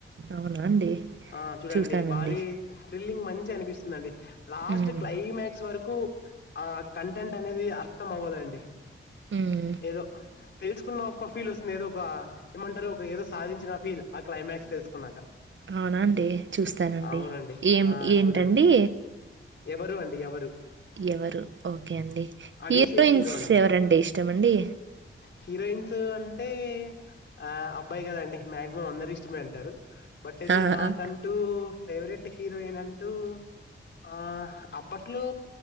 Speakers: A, on the right; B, on the left.
A: అవునా అండి?
B: ఆ చూడండి
A: చూస్తానండి.
B: భారీ థ్రిల్లింగ్ మన్ చిగ అనిపిస్తుందండి లాస్ట్
A: హ్మ్.
B: క్లైమాక్స్ వరకు ఆ కంటెంట్ అనేది అర్థం అవ్వదండి
A: ఉమ్
B: ఏదో తెలుసుకున్న ఒక ఫీల్ ఓస్తుంది ఏదో ఒక ఏమంటారు ఒక ఏదో సాధించినా ఫీల్ ఆ క్లైమాక్స్ తెలుసుకున్నాక
A: అవునాండి చూస్తానండి
B: అవునండి
A: ఏం
B: ఆ
A: ఏంటండి
B: చూడండి ఎవరు అండి ఎవరు
A: ఎవరు ఓకే అండి
B: అడివిశేష్
A: హీరోయిన్స్
B: హీరో అండి
A: ఎవరంటే ఇష్టమండీ
B: హీరోయిన్స్ అంటే ఆ అబ్బాయి కదండీ మాక్సిమం అందరు ఇష్టమే అంటారు బట్ అయితే
A: ఆ!
B: నాకంటూ
A: ఆ!
B: ఫేవరెట్ హీరోయిన్ అంటూ ఆ అప్పట్లో